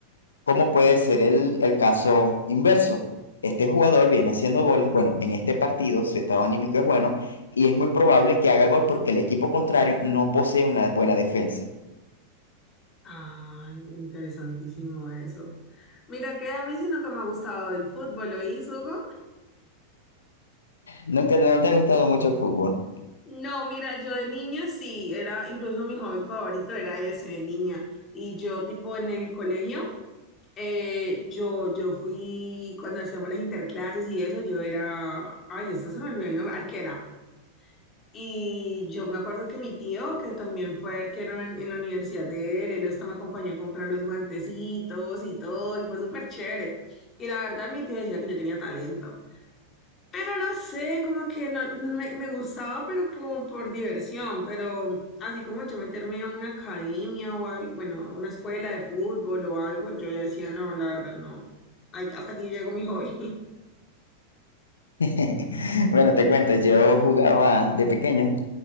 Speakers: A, on the left (about 70°); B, on the left (about 25°).
A: ¿Cómo puede ser el, el caso inverso? Este jugador viene haciendo goles, bueno, en este partido su estado anímico es bueno y es muy probable que haga gol porque el equipo contrario no posee una buena defensa.
B: Ah, interesantísimo eso. Mira, que a mí sí nunca me ha gustado el fútbol, ¿oís, Hugo?
A: Nunca no te ha gustado mucho el fútbol.
B: No, mira, yo de niña sí, era, incluso mi hobby favorito era ese de niña. Y yo, tipo, en el colegio, eh, yo, yo fui, cuando hacíamos las interclases y eso, yo era, ay, esta se me olvidó el nombre, arquera. Y yo me acuerdo que mi tío, que también fue arquero en, en la universidad de él, él hasta me acompañó a comprar los guantecitos y todo, y fue súper chévere. Y la verdad, mi tío decía que yo tenía talento. Pero no sé, como que no, no me, me gustaba, pero como por diversión. Pero así como yo meterme a una academia o algo, bueno, a una escuela de fútbol o algo, yo ya decía, no, la verdad, no. Ay, hasta aquí llegó mi hobby.
A: <laughs> Bueno, te cuento, yo jugaba de pequeño